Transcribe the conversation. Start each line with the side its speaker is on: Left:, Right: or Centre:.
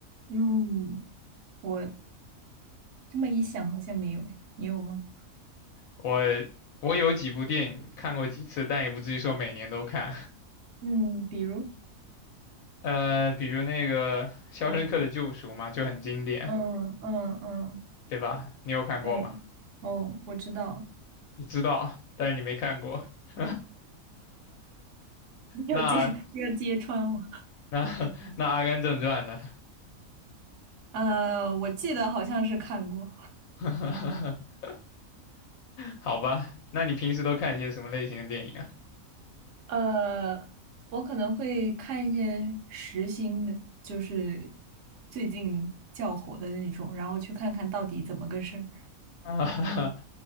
Right: 嗯，我这么一想好像没有诶，你有吗？
Left: 我我有几部电影看过几次，但也不至于说每年都看。<laughs>
Right: 嗯，比如。
Left: 呃，比如那个《肖申克的救赎》嘛，就很经典，
Right: 嗯嗯嗯，
Left: 对吧？你有看过吗？
Right: 对，哦，我知道，
Left: 你知道，但是你没看过。<laughs>
Right: <laughs> 没有揭没有揭穿我。
Left: 那那那《阿甘正传》呢？
Right: 呃，我记得好像是看过。
Left: <laughs> 好吧，那你平时都看些什么类型的电影啊？
Right: 呃，我可能会看一些时兴的，就是最近较火的那种，然后去看看到底怎么个事儿。
Left: 啊，<laughs>